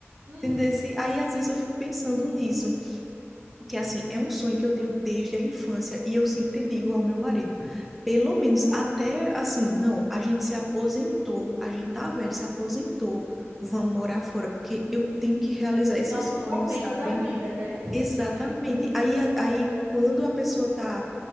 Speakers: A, on the right; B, in the centre.
A: Uhum.
B: Entendesse? Aí às vezes eu fico pensando nisso, que assim, é um sonho que eu tenho desde a infância e eu sempre digo ao meu marido, pelo menos até assim, não, a gente se aposentou, a gente tá velho, se aposentou, vamos morar fora, porque eu tenho que realizar esse
A: Em algum
B: sonho,
A: momento
B: sabe?
A: da vida, né? <laughs>
B: Exatamente.
A: Sim.
B: Aí, a- aí quando a pessoa está